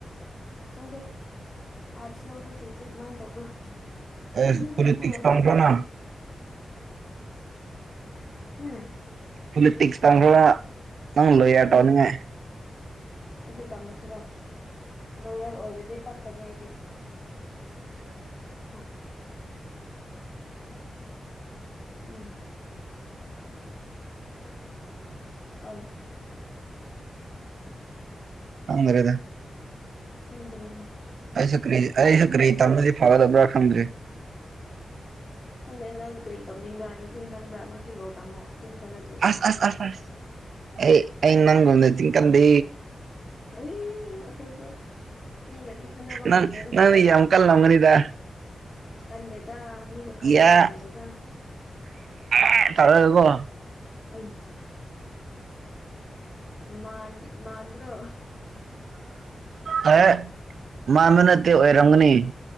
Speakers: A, on the left (about 30°); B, on the right (about 80°).
A: ꯈꯪꯗꯦ ꯑꯥꯔꯠꯁ ꯂꯧꯕꯁꯤꯡꯁꯦ ꯀꯃꯥꯏ ꯇꯧꯕ꯭ꯔꯥ ꯇꯨꯝꯗꯤ
B: ꯑꯦꯁ ꯄꯣꯂꯤꯇꯤꯛꯁ
A: ꯇꯨꯝꯃꯔꯣꯏꯗ
B: ꯇꯝꯈ꯭ꯔꯣꯅ
A: ꯍꯝ
B: ꯄꯣꯂꯤꯇꯤꯛꯁ <unintelligible> ꯅꯪ ꯂꯣꯌꯔ
A: ꯐꯤꯂꯤꯞ
B: ꯇꯧꯅꯤꯉꯥꯏ
A: ꯑꯗꯨ ꯇꯝꯃꯁꯤꯔꯣ ꯂꯣꯌꯔ ꯑꯣꯏꯔꯗꯤ ꯄꯛꯀꯅꯤ ꯑꯩꯗꯤ ꯑ ꯎꯝ <unintelligible> ꯑꯧ
B: ꯈꯪꯗꯔꯦꯗ
A: ꯈꯪꯗꯔꯦꯅꯦ
B: ꯑꯩꯁꯨ ꯀꯔꯤ ꯑꯩꯁꯨ ꯀꯔꯤ ꯇꯝꯂꯗꯤ ꯐꯥꯒꯗꯕ꯭ꯔꯥ ꯈꯪꯗ꯭ꯔꯦ
A: ꯈꯪꯗꯦ ꯅꯪ ꯀꯔꯤ ꯇꯝꯅꯤꯡꯕ꯭ꯔꯥ ꯅꯆꯤꯟ ꯀꯟꯕ꯭ꯔꯥ ꯅꯪꯁꯨ ꯂꯣ ꯇꯝꯃꯣ ꯆꯤꯟ ꯀꯟꯂꯥ
B: ꯑꯁ ꯑꯁ ꯑꯁ ꯑꯁ ꯑꯩ ꯑꯩ ꯅꯪꯒꯨꯝꯅꯥ ꯆꯤꯟ ꯀꯟꯗꯦ
A: ꯍꯩ ꯑꯩꯈꯣꯏꯁꯨ ꯃꯤꯒꯗꯤ ꯈꯠꯅꯕ ꯉꯝꯗꯦꯗ
B: ꯅꯪ ꯅꯪꯗꯤ ꯌꯥꯝ ꯀꯜꯂꯝꯒꯅꯤꯗ
A: ꯀꯟꯗꯦꯗ ꯃꯤꯒ ꯈꯠꯅꯕ
B: ꯌꯥ
A: ꯉꯝꯗꯦꯗ
B: ꯌꯥ ꯇꯧꯔꯒꯀꯣ
A: ꯑꯩꯌꯥ ꯃꯥꯟ ꯃꯥꯟꯕ꯭ꯔꯣ
B: ꯍꯦ ꯃꯟꯕꯥ ꯅꯠꯇꯦ ꯑꯣꯏꯔꯝꯒꯅꯤ